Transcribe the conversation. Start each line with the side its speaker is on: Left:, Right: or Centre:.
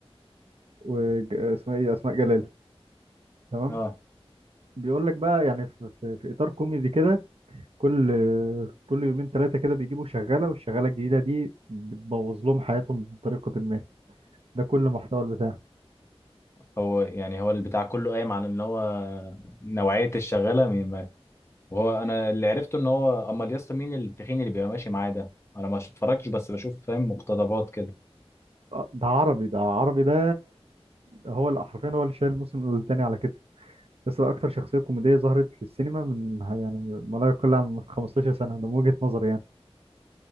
Right: و... ج- اسمها ايه اسماء جلال تمام
Left: اه
Right: بيقول لك بقى يعني في, في, في اطار كوميدي كده كل كل يومين ثلاثة كده بيجيبوا شغالة والشغالة الجديدة دي بتبوظ لهم حياتهم بطريقة ما ده كل محتوى البتاع
Left: هو يعني هو البتاع كله قايم على ان هو نوعيه الشغاله مين ما- وهو انا اللي عرفته ان هو امال يا اسطى مين التخين اللي بيبقى ماشي معاه ده انا ما اتفرجتش بس بشوف فاهم مقتطفات كده
Right: آه، ده عربي ده عربي ده هو اللي حرفيا هو اللي شايل الموسم الثاني على كتفه بس ده أكتر شخصية كوميدية ظهرت في السينما من يعني ما لا يقل عن 15 سنة ده من وجهة نظري يعني